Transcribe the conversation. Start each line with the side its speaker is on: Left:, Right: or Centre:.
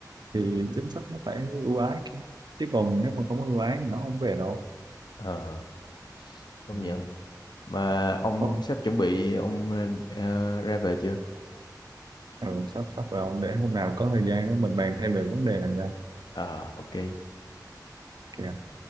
Right: thì chính sách nó phải ưu ái chứ Chứ còn nếu mà không ưu ái thì nó không về đâu
Left: ờ, công
Right: ừ.
Left: nhận mà ông
Right: Ồ,
Left: sắp chuẩn bị ông ờ, ra về chưa
Right: ừ, sắp sắp vào để hôm nào có thời gian đó mình bàn thêm về vấn đề này nha
Left: Ờ, ok
Right: Ok.